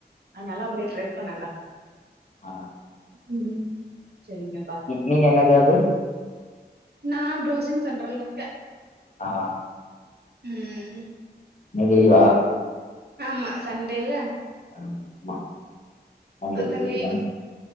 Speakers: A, on the right; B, on the left.
A: அதுனாலஅப்படியே ட்ரை பண்ணுங்க
B: ஆ
A: ம் செரிங்கப்பா
B: நீங்க என்ன ஜாப்பு
A: நா ப்ரோசிங் சென்டர்லர்க்க
B: ஆ
A: ம்
B: என்ன கேக்குதா
A: ஆமா சண்டேல்ல
B: ஆமா உங்களுக்கு
A: அதா லீவு
B: தான